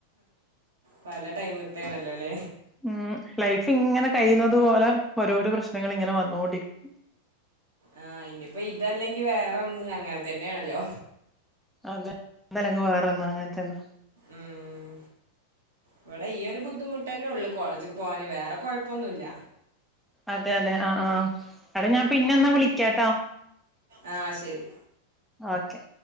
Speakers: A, on the right; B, in the centre.
A: പല ടൈമ്ത്തേണല്ലോലെ?
B: ഉം ലൈഫ്ങ്ങനെ കഴിയുന്നത് പോലെ ഓരോരൊ പ്ര ശ്നങ്ങളിങ്ങനെ വന്നോണ്ടിരിക്കു.
A: ആ ഇനിപ്പൊ ഇതല്ലെങ്കി വേറൊന്ന് അങ്ങനെ തന്നേണല്ലോ.
B: അതെ. ഒന്നല്ലങ്കി വേറൊന്ന് അങ്ങൻതന്നെ.
A: ഉം. ഇവടെ ഈ ഒരു ബുദ്ധിമുട്ടന്നെള്ളു. കോളേജ്ക്ക് പോവാന്. വേറെ കൊയപ്പൊന്നുല്ല.
B: അതെ അതെ അ ആ എട ഞാൻ പിന്നെന്നാ വിളിക്കാട്ടാ
A: ആ ശരി
B: ഓക്കെ